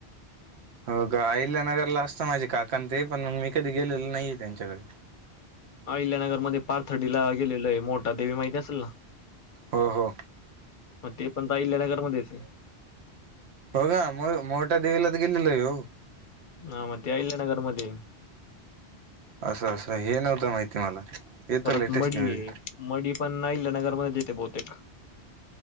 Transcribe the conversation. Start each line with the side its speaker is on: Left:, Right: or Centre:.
Right: हो का अहिल्यानगरला असता माझे काकाण ते पण मग मी कधी गेलेल नाहीये त्यांच्याकडे.
Left: अहिल्यानगर मध्ये पारथडीला गेलेलंय मोठ देेवी माहिती असेल ना!
Right: हो हो
Left: मग ते पण अहिल्यानगरमध्येच ये,
Right: हो का मो मोठादेवीला त गेलेलं हो,
Left: ह म ते आईल नगर मध्ये
Right: असं असं हे नव्हतं माहिती मला. येतो
Left: परत
Right: लेटेस्ट
Left: मडी
Right: न्यूज
Left: ये मडी पण नाहीईलेनगरमध्ये येते बहुतेक,